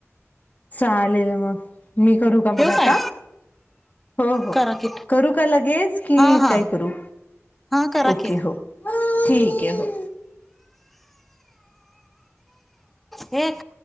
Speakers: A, on the left; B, in the centre.
A: चालेल मग मी करू का
B: ठेवू
A: मग
B: काय
A: आता हो हो
B: करा की
A: करू का लगेच की
B: हा हा
A: काय करू
B: हा करा
A: ओके
B: की
A: हो ठीक आहे हो
B: एक